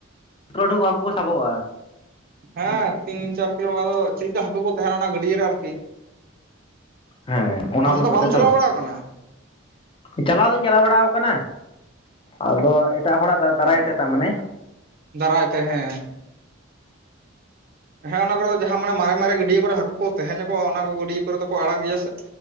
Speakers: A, on the left; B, on the right.
A: ᱞᱟᱴᱩ ᱠᱚ ᱦᱟᱹᱠᱩ ᱠᱚ ᱥᱟᱵᱚᱜ-ᱟ
B: ᱦᱮᱸ ᱛᱤᱱ ᱪᱟᱨ ᱠᱤᱞᱳ ᱚᱱᱠᱟ ᱫᱚ ᱪᱮᱫ ᱞᱮᱠᱟ ᱦᱟᱹᱠᱩ ᱠᱚ ᱛᱟᱦᱮᱱᱟ ᱚᱱᱟ ᱜᱟᱹᱰᱭᱟᱹ ᱨᱮ ᱟᱨᱠᱤ
A: ᱦᱮᱸ ᱚᱱᱟ
B: ᱟᱢ
A: ᱚᱱᱩᱯᱟᱛᱮ
B: ᱫᱚ ᱵᱟᱢ ᱪᱟᱞᱟᱣ
A: ᱛᱚ
B: ᱵᱟᱲᱟ ᱠᱟᱱᱟ
A: ᱪᱟᱞᱟᱣ ᱫᱩᱧ ᱪᱟᱞᱟᱣ ᱵᱟᱲᱟᱣ ᱠᱟᱱᱟ ᱟᱫᱚ ᱮᱴᱟᱜ ᱦᱚᱲᱟᱜ ᱫᱟᱨᱟᱭ
B: ᱚ
A: ᱛᱮ ᱛᱟᱨ ᱢᱟᱱᱮ
B: ᱫᱟᱨᱟᱭ ᱛᱮ ᱦᱮᱸ ᱦᱮᱸ ᱚᱱᱟ ᱠᱚᱨᱮ ᱫᱚ ᱡᱟᱦᱟᱸ ᱢᱟᱱᱮ ᱢᱟᱨᱮ ᱢᱟᱨᱮ ᱜᱟᱹᱰᱭᱟᱹ ᱠᱚᱨᱮ ᱦᱟᱹᱠᱩ ᱠᱚ ᱛᱮᱦᱮᱸ ᱧᱚᱜ-ᱟ ᱚᱱᱟ ᱠᱚ ᱜᱟᱹᱰᱭᱟᱹ ᱠᱚᱨᱮ ᱫᱚ ᱠᱚ ᱟᱲᱟᱜ ᱜᱮᱭᱟᱥᱮ